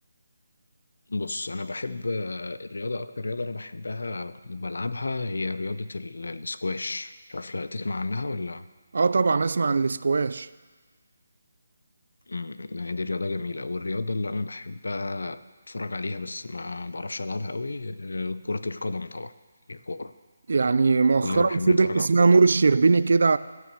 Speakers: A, on the left; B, on the right.
A: بص انا بحب آه، الرياضه اكتر رياضه انا بحبها أو بلعبها هي رياضه ال- الاسكواش مش عارف لا تسمع عنها ولا
B: اه طبعا اسمع عن الاسكواش
A: مم، يعني دي رياضه جميله والرياضه اللي انا بحبها اتفرج عليها بس ما بعرفش العبها قوي آه، كره القدم طبعا الكوره
B: يعني مؤخرا
A: كلنا بنحب
B: في
A: نتفرج
B: بنت اسمها
A: على الكوره
B: نور الشربيني كده